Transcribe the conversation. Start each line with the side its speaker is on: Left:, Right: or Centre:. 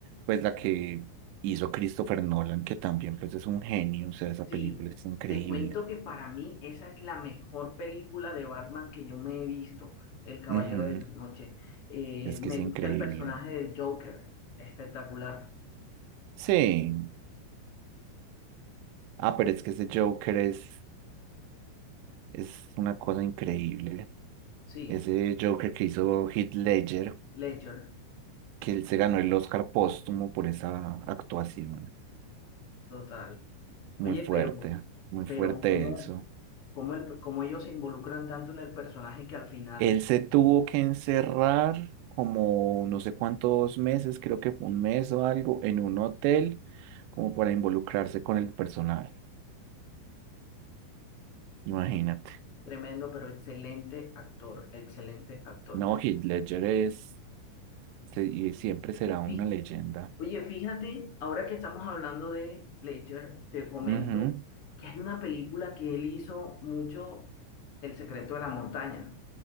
Right: pues la que hizo Christopher Nolan, que también pues es un genio, o sea, esa
Left: Sí,
Right: película es increíble.
Left: te cuento que para mí esa es la mejor película de Batman que yo me he visto, El Caballero
Right: Ujú,
Left: de la Noche. Eh,
Right: Es
Left: me
Right: que es increíble.
Left: gusta el personaje del Joker, espectacular.
Right: Sí. Ah, pero es que ese Joker es Es una cosa increíble.
Left: Sí,
Right: Ese Joker que hizo Heath Ledger,
Left: Ledger,
Right: que él se ganó el Oscar póstumo por esa actuación.
Left: total.
Right: Muy
Left: Oye,
Right: fuerte,
Left: pero,
Right: muy
Left: pero
Right: fuerte
Left: ¿cómo,
Right: eso.
Left: cómo, el, cómo ellos se involucran tanto en el personaje que al final...
Right: Él se tuvo que encerrar como no sé cuántos meses, creo que fue un mes o algo, en un hotel, como para involucrarse con el personaje. Imagínate.
Left: Tremendo, pero excelente actor, excelente actor.
Right: No, Heath Ledger es se- y siempre será una
Left: Sí.
Right: leyenda.
Left: Oye, fíjate, ahora que estamos hablando de Ledger, te comento
Right: Ujú.
Left: que hay una película que él hizo mucho, El secreto de la montaña.